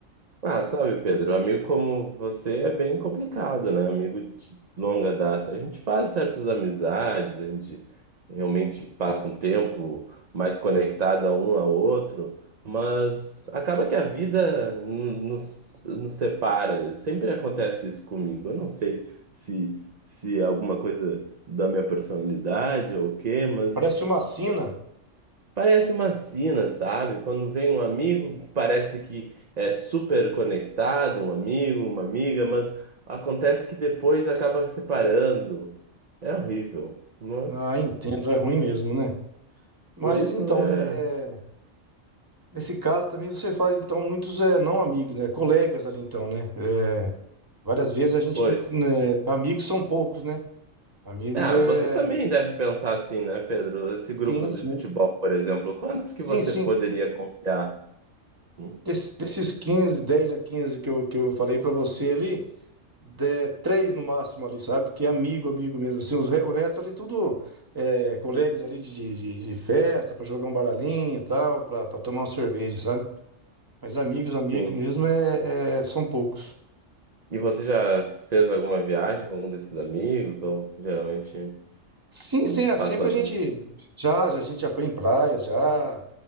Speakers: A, on the right (about 40°); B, on the right (about 20°).
A: Ah, sabe, Pedro, amigo como você é bem complicado, né? Amigo de longa data. A gente faz certas amizades, a gente realmente passa um tempo mais conectado a um ao outro, mas acaba que a vida n- nos, nos separa. Sempre acontece isso comigo. Eu não sei se, se é alguma coisa da minha personalidade ou o quê, mas.
B: Parece uma sina.
A: Parece uma sina, sabe? Quando vem um amigo, parece que é super conectado, um amigo, uma amiga, mas acontece que depois acaba se separando. É horrível. Mas
B: Ah, entendo, é ruim mesmo, né? Mas
A: por isso
B: então,
A: é.
B: é, é, nesse caso também você faz então muitos eh, não amigos, né? Colegas ali então, né? Eh, Várias vezes a gente
A: Pois.
B: não. né, amigos são poucos, né? Amigos
A: Ah,
B: é.
A: você também deve pensar assim, né, Pedro? Esse grupo
B: Sim,
A: de
B: sim.
A: futebol, por exemplo, quantos que
B: Sim,
A: você
B: sim.
A: poderia confiar? Hum,
B: Des- desses quinze 10 a 15 que eu, que eu falei pra você ali, de, três no máximo ali, sabe? Que é amigo, amigo mesmo. Assim, os re- o resto ali tudo é, colegas ali de, de, de- de festa, pra jogar um baralhinho e tal, pra pra tomar uma cerveja, sabe? Mas amigos,
A: Sim.
B: amigo mesmo é, é- são poucos.
A: E você já fez alguma viagem com algum desses amigos? Ou geralmente
B: Sim,
A: hum,
B: sim, é,
A: faz
B: sempre
A: sozinho?
B: a gente já, já a gente já foi em praia, já